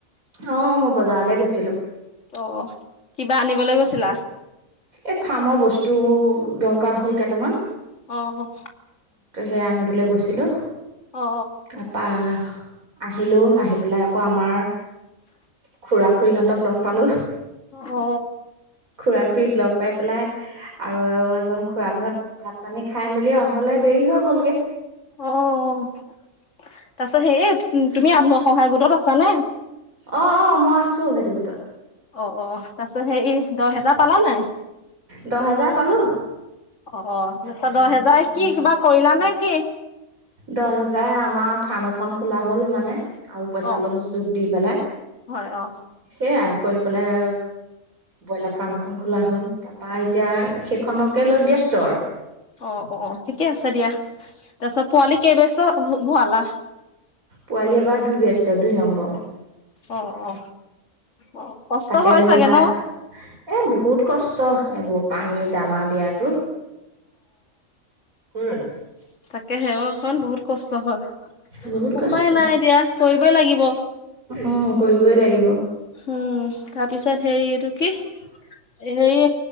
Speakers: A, on the right (about 75°); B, on the left (about 55°).
A: অ মই বজাৰলে গৈছিলো
B: অ কিবা আনিবলৈ গৈছিলা
A: এই ফাৰ্মৰ বস্তু দৰকাৰ হ'ল কেইটামান
B: অ
A: হেয়া আনিবলৈ গৈছিলো
B: অ অ
A: তাপা আহিলো আহি পেলাই আকৌ আমাৰ খুৰা খুৰীহঁতক লগ পালো
B: অ
A: খুৰা খুৰীক লগ পাই পেলাই আৰু এজন খুৰা ঘৰত ভাত পানী খাই মেলি আও হলে দেৰি হৈ গ'লগে
B: অ তাৰ পিছত হেৰি তুমি আত্মসহায় গোটত আছানে
A: অ অ মই আছো সেইটো গোটত
B: অ অ তছ সে দহেজাৰ পালানে নাই
A: দহ হাজাৰ পালো
B: অ তাৰ দহ হেজাই কি কিবা কৰিলা নে কি
A: দহ হাজায় আমাৰ ফাৰ্ম এখন খোলা হ'ল মানে আৰু পইচা
B: অ
A: অলপ যোগ দি পেলাই
B: হয় অ
A: সেইয়া কৰি পেলাই ব্ৰইলাৰ ফাৰ্ম এখন খোলা হ'ল তাৰপা এতিয়া সেইখনকে লৈ ব্যস্ত আৰু
B: অ অ ঠিকে আছে দিয়া তাৰপিছত পোৱালি কেব বেস্ট ভৰালা
A: পোৱালি এবাৰ দুই ব্য্স্ত দুই নম্বৰ
B: অ অ অ কষ্ট
A: তাকে,
B: হয়
A: যেনিবা
B: চাগে ন
A: এ বহুত কষ্ট, এইবোৰ পানী দানা দিয়াতো <unintelligible>
B: তাকেহে অ, ' হ বহুত কষ্ট হয়,
A: বহুত
B: উপায়
A: কষ্ট
B: নাই এতিয়া কৰিবই লাগিব
A: উম, কৰিবই লাগিব
B: উম, তাৰপিছত হেৰি এইটো কি হেৰি